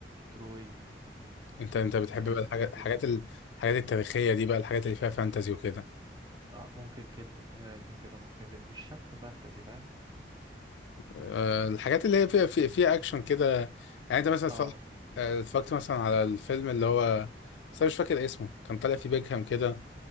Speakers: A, on the right (about 25°); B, on the left (about 85°).
A: تروي
B: انت انت بتحب
A: جلاديتور
B: بقى الحاجات الحاجات ال- الحاجات التاريخية دي بقى الحاجات اللي فيها فانتازي وكده
A: آه ممكن كده كينجدم اوف هيفن مش شرط فانتزي فاهم
B: آه الحاجات اللي هي فيها في- فيها اكشن كده يعني انت مثلا
A: اه
B: اتفرج- آه، اتفرجت مثلا على الفيلم اللي هو بس انا مش فاكر اسمه كان طالع فيه بيكهام كده